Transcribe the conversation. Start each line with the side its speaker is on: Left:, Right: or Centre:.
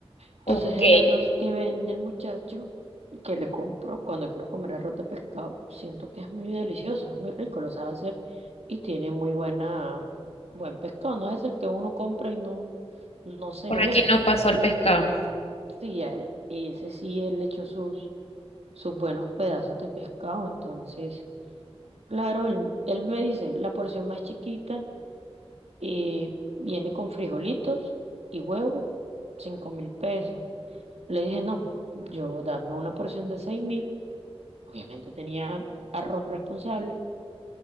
Right: Entonces
Left: Ok,
Right: el arroz que vende el muchacho, que le compro cuando quiero comer arroz de pescado, siento que es muy delicioso, es muy rico, lo sabe hacer y tiene muy buena, buen pescado. No es el que uno compra y no, no se
Left: por
Right: le
Left: aquí
Right: ve.
Left: no pasó el pescado,
Right: Sí, a él- ese sí, él le echó sus, sus buenos pedazos de pescado. Entonces, claro, él, él me dice, la porción más chiquita eh, viene con frijolitos y huevo, cinco mil pesos. Le dije, no, yo dame una porción de seis mil. Obviamente tenía arroz responsable.